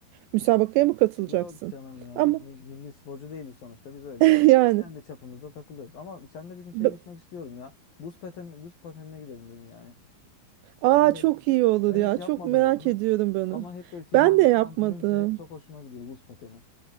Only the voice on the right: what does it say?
müsabakaya mı katılacaksın?
Ama
<laughs> yani
b-
aa
çok iyi olur
ya.
Çok merak
ediyorum bunu.
Ben de yapmadım.